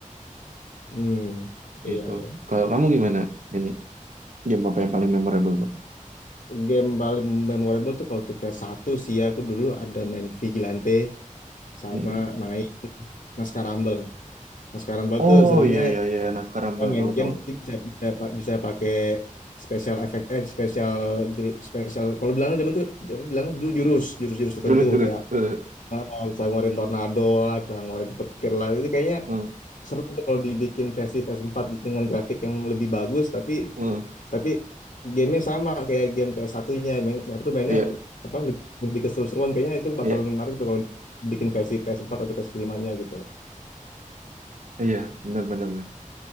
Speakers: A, on the left; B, on the right.
A: hmm, iya
B: itu
A: iya.
B: Kalau kamu gimana? Ini game apa yang paling memorable, Bang?
A: Game paling memorable tuh kalau untuk ps satu sih ya, aku dulu ada main Vigilante sama
B: Mm-mm.
A: main Naskah Rumble. Naskah Rumble
B: Oh
A: tuh serunya
B: iya iya iya, Naskah
A: kita
B: Rumble
A: main
B: tahu-tahu.
A: game tapi bisa bisa pa- bisa pakai special effect eh special juru- special kalau bilang zaman tuh apa bilangnya dulu jurus jurus jurus
B: Jurus
A: tertentu
B: jurus.
A: kayak
B: Eh,
A: Oh, bisa ngeluarin tornado lah, bisa ngeluarin petir lah. Itu kayaknya
B: eh,
A: seru tuh kalau dibikin versi PS4 dengan grafik yang lebih bagus, tapi
B: eh.
A: tapi gamenya sama kayak game PS1-nya. Main, apa tuh mainnya
B: Iya
A: apa lebih, lebih keseru-seruan. Kayaknya itu bakalan
B: iya
A: menarik tuh kalau bikin versi PS4 atau ps lima nya gitu.
B: iya, benar benar benar.